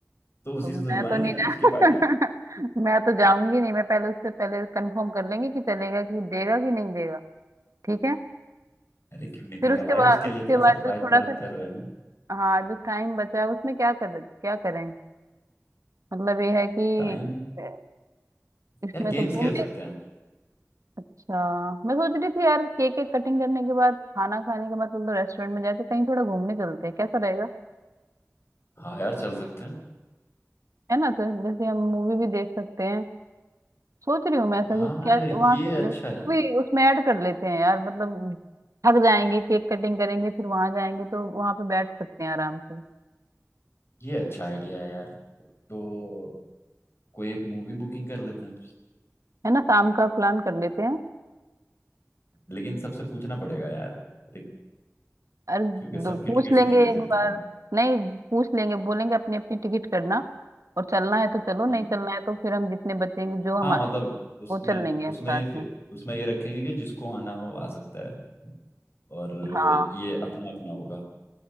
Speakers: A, on the left; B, on the right.
A: तो उसी
B: तो
A: से धुलवाएंगे
B: मैं तो नहीं जा
A: उसकी पार्टी
B: <laughs> मैं तो जाऊंगी नहीं मैं पहले उससे पहले कंफर्म कर लेंगे कि चलेगा कि देगा कि नहीं देगा ठीक है
A: अरे क्यों नहीं
B: फिर
A: देगा
B: उसके
A: भाई
B: बाद
A: उसके
B: उसके
A: लिए इतना सरप्राइज
B: बाद जो थोड़ा
A: प्लान
B: सा
A: कर रहे हैं
B: हाँ जो टाइम बचा है उसमें क्या कर क्या करें मतलब ये है कि
A: टाइम
B: अ, इसमें
A: यार
B: तो
A: गेम्स
B: घूमने
A: खेल सकते हैं
B: अच्छा मैं सोच रही थी यार केक केक कटिंग करने के बाद खाना खाने के बाद तुम तो रेस्टोरेंट में जाके कहीं थोड़ा घूमने चलते हैं कैसा रहेगा
A: हाँ यार चल सकते हैं
B: है ना तो जैसे हम मूवी भी देख सकते हैं सोच रही हूँ मैं ऐसा
A: हाँ
B: कि क्या
A: यार
B: वहां
A: ये
B: से
A: अच्छा है
B: भी उसमें ऐड कर लेते हैं यार मतलब थक जाएंगे केक कटिंग करेंगे फिर वहां जाएंगे तो वहां पे बैठ सकते हैं आराम से
A: ये अच्छा आइडिया है यार तो कोई एक मूवी बुकिंग कर लेते हैं
B: है ना शाम का प्लान कर लेते हैं
A: लेकिन सबसे पूछना पड़ेगा यार देख,
B: अरे
A: क्योंकि सबकी
B: दो- पूछ
A: टिकट्स
B: लेंगे
A: नहीं ले
B: एक
A: सकते
B: बार
A: हम
B: नहीं पूछ लेंगे बोलेंगे अपनी अपनी टिकट करना और चलना है तो चलो
A: हम्म
B: नहीं चलना है तो फिर हम जितने बचेंगे जो हम
A: हाँ ओके मतलब उसमें
B: वो चल लेंगे
A: उसमें
B: हम साथ
A: ये फिर
B: में
A: उसमें ये रखेंगे कि जिसको आना हो आ सकता है और
B: हाँ
A: ये अपना अपना होगा